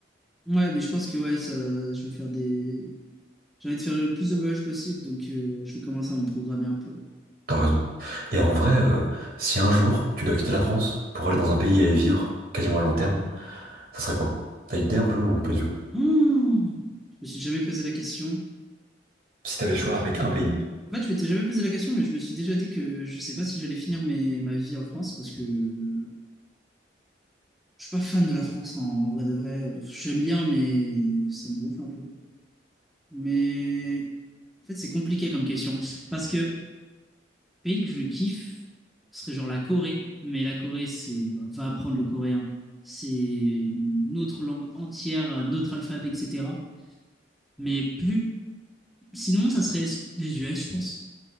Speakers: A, in the centre; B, on the right (about 50°).
A: Ouais, mais je pense que ouais, ça, je vais faire des. J'ai envie de faire le plus de voyages possible, donc euh, je vais commencer à m'en programmer un peu.
B: t'as raison. Et en vrai, euh, si un jour tu dois quitter la France pour aller dans un pays et y vivre quasiment à long terme, ça serait quoi? T'as idée un peu ou pas du tout?
A: Oh Je me suis jamais posé la question.
B: Si t'avais le
A: Pourtant-
B: choix avec un pays.
A: En fait, je m'étais jamais posé la question, mais je me suis déjà dit que je sais pas si j'allais finir mes- ma vie en France parce que je suis pas fan de la France en, en vrai de vrai. J'aime bien, mais ça me gonfle un peu. Mais en fait, c'est compliqué comme question parce que pays que je kiffe serait genre la Corée, mais la Corée, c'est bah, va apprendre le coréen, c'est une autre langue entière, un autre alphabet, etc. Mais plus sinon, ça serait les US, je pense.